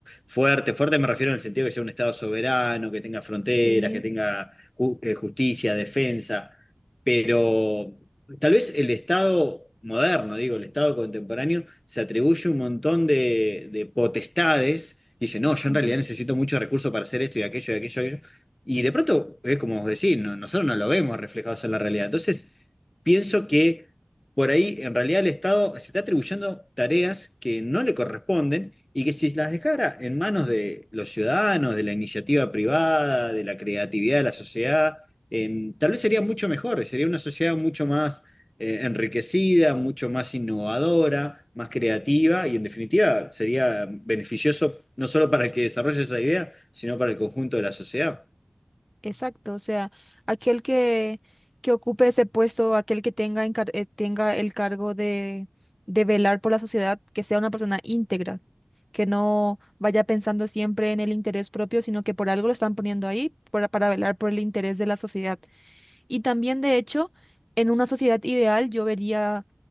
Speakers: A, on the left (about 30°); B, in the centre.
A: fuerte. Fuerte me refiero en el sentido que sea un Estado soberano, que tenga fronteras,
B: Sí,
A: que tenga ju- eh, justicia, defensa, pero tal vez el Estado moderno, digo, el Estado contemporáneo, se atribuye un montón de, de potestades. Dice, no, yo
B: completo.
A: en realidad necesito muchos recursos para hacer esto y aquello y aquello y aquello. Y de pronto, es como vos decís, no- nosotros no lo vemos reflejados en la realidad. Entonces, pienso que por ahí en realidad el Estado se está atribuyendo tareas que no le corresponden y que si las dejara en manos de los ciudadanos, de la iniciativa privada, de la creatividad de la sociedad, eh, tal vez sería mucho mejor, sería una sociedad mucho más eh, enriquecida, mucho más innovadora, más creativa y en definitiva sería beneficioso no solo para el que desarrolle esa idea, sino para el conjunto de la sociedad.
B: Exacto. O sea, aquel que, que ocupe ese puesto, aquel que tenga, encar- eh, tenga el cargo de, de velar por la sociedad, que sea una persona íntegra, que no vaya pensando siempre en el interés propio, sino que por algo lo están poniendo ahí para, para velar por el interés de la sociedad. Y también, de hecho, en una sociedad ideal yo vería